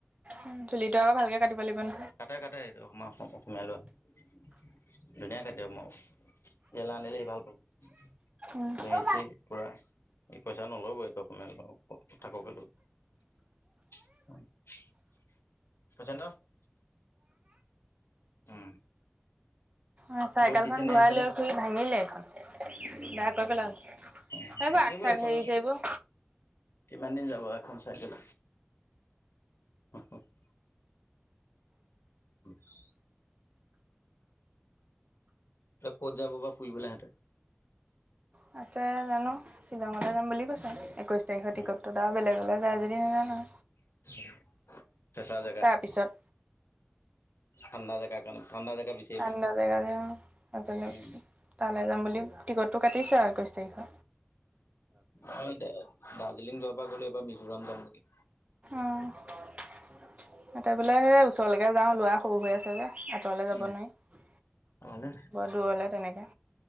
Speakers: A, on the right; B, on the left.
A: উম, চুলিটো আকৌ ভালকে কাটিব লাগিব ন'।
B: কাটে কাটে এইটো আমৰ অসম অসমীয়া ল'ৰাই। ধুনীয়া কাটি দিব মোক ইয়ালে আনিলে সি ভাল পাব। গোটে
A: উম। উম।
B: এ চি পুৰা ই পইচা নলবই অসমীয়া <unintelligible> <unintelligible> উম।
A: অ', চাইকেলখন
B: ৰ'দ দিছে নে
A: ঘূৰাই
B: সেইফালে
A: লৈ ফুৰি ভাঙিলে এইখন বেয়া কৰি পেলালে।
B: <unintelligible>
A: এইবোৰ
B: লাগিবই
A: আগ চাগ
B: এইখনো।
A: হেৰি চেৰিবোৰ
B: কিমান দিন যাব, এখন চাইকেলত? <unintelligible> <unintelligible> ক'ত যাব বা ফুৰিবলে সিহঁতে?
A: ক'ত যায় জানোঁ! শ্বিলঙতে যাম বুলি কৈছে, একৈছ তাৰিখৰ টিকটটোত।
B: উম
A: তাৰপৰা, বেলেগলে যায় যদি নাজানোঁ।
B: <unintelligible>
A: তাৰপিছত
B: ঠাণ্ডা জেগা কাৰণে ঠাণ্ডা জেগা বিচাৰিব
A: ঠাণ্ডা জেগা যে, উম! অকলে।
B: উম
A: তালৈ যাম বুলি টিকটটো কাটিছে আৰু একৈছ তাৰিখে।
B: অ'! দাৰ্জিলিং যোৱাবাৰ গ'লো। এইবাৰ মিজোৰাম যাম নেকি!
A: অ'! বোলে হে, ওচৰলৈকে যাওঁ। ল'ৰা সৰু হৈ আছে, যে। আঁতৰলে যাব
B: উম
A: নোৱাৰি,
B: ভালে
A: বৰ দূৰলৈ তেনেকে।